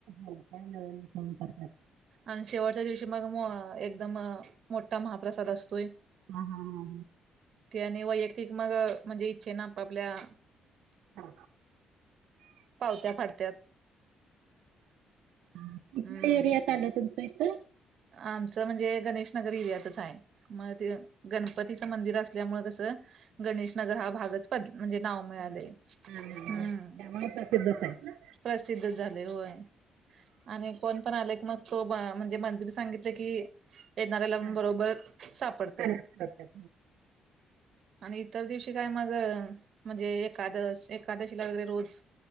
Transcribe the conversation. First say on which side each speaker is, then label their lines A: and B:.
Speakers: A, on the right; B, on the right.
A: हो काय मिळून म फोन करतात
B: आणि शेवटच्या दिवशी मग एकदम मोठा महाप्रसाद असतोय
A: हा हा हा हा
B: ते आणि वैयक्तिक मग म्हणजे इच्छे ना आप आपल्या
A: हा
B: पावत्या फडत्यात
A: कुठल्या
B: हम्म.
A: एरियात आलं तुमचं इथ
B: आमचं म्हणजे गणेश नगर एरियातच आहे मग ते गण गणपतीचं मंदिर असल्यामुळे कसं गणेश नगर हा भागच पड म्हणजे नाव मिळालेय
A: बर हा हा हा
B: हम्म
A: त्यामुळे प्रसिद्धच आहे.
B: प्रसिद्ध झाले होय आणि कोण पण आलाय की मग तो म्हणजे मंदिर सांगितलं की येणाऱ्याला आपण
A: हा
B: बरोबर सापडते
A: करतात
B: आणि इतर दिवशी काय मग म्हणजे एकादश एकादशीला वगरे रोज